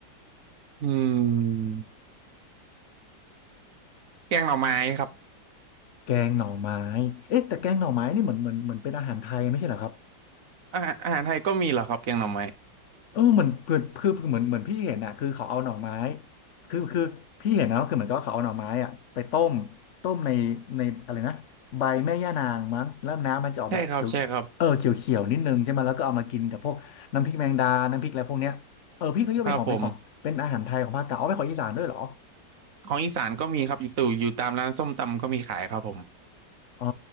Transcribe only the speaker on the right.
อืมแกงหน่อไม้ครับ
อาหารอาหารไทยก็มีเหรอครับแกงหน่อไม้
ใช่ครับใช่ครับครับผมของอีสานก็มีครับอยู่ตู่อยู่ตามร้านส้มตำก็มีขายครับผม